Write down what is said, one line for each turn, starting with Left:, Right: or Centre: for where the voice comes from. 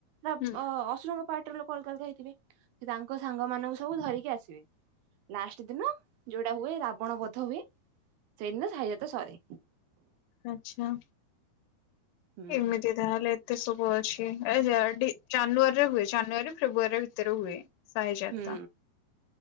Right: ନା
Left: ହୁଁ
Right: ଅସୁର କ ପାଟ୍ ର ଲୋକ ଅଲଗା ଅଲଗା ହେଥିବେ ସେ ତାଙ୍କ ସାଙ୍ଗ ମାନଙ୍କୁ ସବୁ ଧରିକି ଆସିବେ। ଲାଷ୍ଟ ଦିନ ଯୋଉଟା ହୁଏ ରାବଣ ବଧ ହୁଏ। ସେଇଦିନ ସାଇଜାତ ସରେ।
Left: ଆଛା।
Right: ହୁଁ।
Left: ଏମିତି ତାହାଲେ। ଏତେ ସବୁ ଅଛି। ଏ ଜାର୍ଟି ଜାନୁଆରୀରେ ହୁଏ। ଜାନୁଆରୀରୁ ଫେବୃଆରୀ ଭିତରେ ହୁଏ। ସାହି ଜାତ।
Right: ହୁଁ